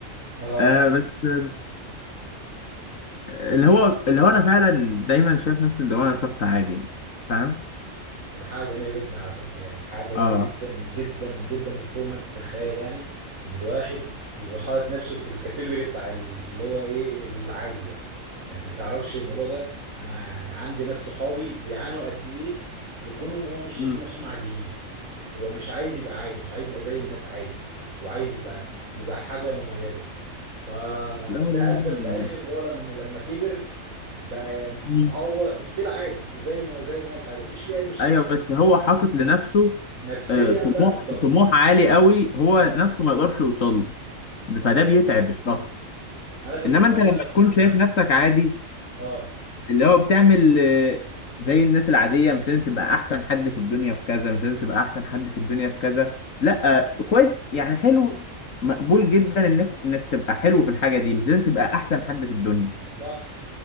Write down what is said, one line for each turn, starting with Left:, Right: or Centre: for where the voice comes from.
Right: اه
Left: آه بس آه، اللي هو اللي هو انا فعلا دايما شايف نفسي اللي هو انا شخص عادي يعني فاهم
Right: ده حاجة جميلة جدا على فكرة يعني حاجة جميلة
Left: اه
Right: جدا جدا جدا فوق ما تتخيل يعني ان الواحد يبقى حاطط نفسه في الكاتيجوري بتاع اللي هو ايه العادي ده يعني انت ما تعرفش الموضوع ده انا يعني عندي ناس صحابي بيعانوا قد ايه لكونهم هم مش شايفين
Left: مم.
Right: نفسهم عاديين هو مش عايز يبقى عادي مش عايز يبقى زي الناس عادي هو عايز يبقى يبقى حاجة مميزة فده
Left: لا والله
Right: ادى
Left: الواحد
Right: في الاخر
Left: يعني
Right: اللي هو لما لما كبر بقى يعني
Left: مم.
Right: هو ستيل عادي وزي ما زي الناس عادي مفيش فيه اي مشكلة
Left: ايوه بس هو حاطط لنفسه
Right: نفسيا
Left: آه طموح
Right: بقى متدمر
Left: طموح عالي قوي هو
Right: اه
Left: نفسه ما يقدرش يوصل له
Right: نفسيا
Left: فده بيتعب الشخص
Right: انا بالنسبه
Left: انما انت
Right: لي
Left: لما
Right: انا
Left: تكون
Right: في ال...
Left: شايف نفسك عادي
Right: اه
Left: اللي هو بتعمل آه، زي الناس العادية مش لازم تبقى أحسن حد في الدنيا في كذا مش لازم تبقى أحسن حد في الدنيا في كذا لأ آه، كويس يعني حلو مقبول جدا إنك إنك تبقى حلو في الحاجة دي مش لازم تبقى أحسن حد في الدنيا
Right: صح